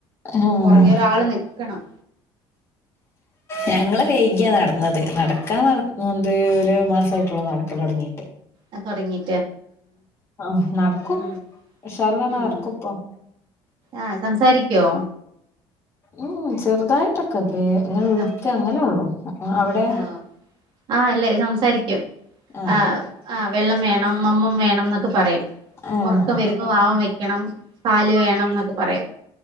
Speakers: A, on the left; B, on the right.
A: ഉം.
B: പ്പ പുറകെ ഒരാള് നിക്കണം.
A: ഞങ്ങള് വൈകിയാ നടന്നത്. നടക്കാ നട മുന്ത് ഒരു മാസ ആയിട്ടുള്ളൂ നടക്കലൊടങ്ങീട്ട്
B: അം തൊടങ്ങി
A: ആഹ് നടക്കും.
B: ഉം
A: ഉഷർല്ലന്നെ
B: ഉം
A: നടക്കുപ്പം
B: ആഹ് സംസാരിക്കോ?
A: ഉം ചെറുതായിട്ടൊക്കെ പ്പേ ഇങ്ങനെ ഒഴിക്ക
B: സംസാരിക്കാം
A: അങ്ങനെ ഒള്ളു അവിടെ
B: ആഹ് ആഹ് അല്ലേ സംസാരിക്കും
A: ആ
B: ആഹ് ആഹ് വെള്ളം വേണം അമ്മം വേണം എന്നൊക്കെ പറയും
A: ആ
B: ഒറക്കം വരുന്നു വാവം വെക്ക്യണം പാല് വേണം ഇന്നൊക്കെ പറയും